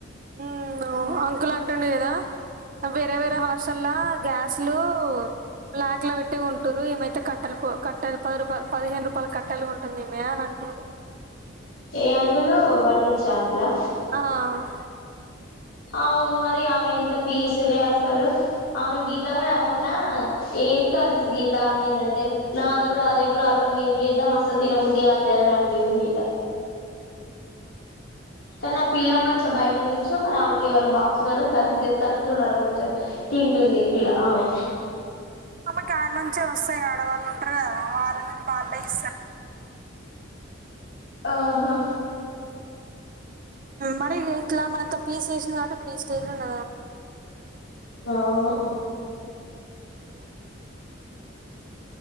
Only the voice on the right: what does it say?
ఉమ్, అంకుల్ అంటుండు కదా వేరే వేరే హార్సలా గ్యాస్ లు బ్లాక్ లో పెట్టి కొంటుంరూ ఏమైతే క కట్టలుకు కట్ట పది రూపాయలు పదిహేను రూపాయలు కట్టెలు గొంటుందిమే అని అంటూ
ఆహ
ఆమెకు కానుంచే వస్తాయ ఆడవాళ్ళు ఉంటరు వాళ్ళ వాళ్ళదే ఇస్తరు
మరి ఇట్లా మనతో పీసెస్ అట తీసుకెళ్ళన
ఉనా